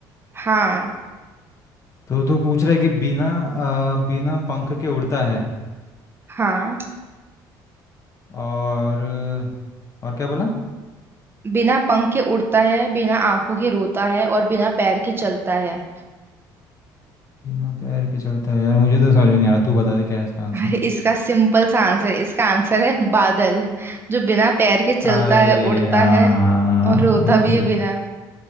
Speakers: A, on the right; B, on the left.
A: हाँ
B: तो तू पूछ रहा है कि बिना अ, बिना पंख के उड़ता है
A: हाँ
B: और और क्या बोला
A: बिना पंख के उड़ता है बिना आंखों के रोता है और बिना पैर के चलता है
B: बिना पैर के चलता है यार मुझे तो समझ में नहीं आ रहा तू बता दे क्या है इसका आंसर
A: अरे इसका सिंपल सा आंसर इसका आंसर है बादल जो बिना पैर के चलता
B: अरे
A: है उड़ता
B: हाँ
A: है और रोता
B: एकदम
A: भी है बिना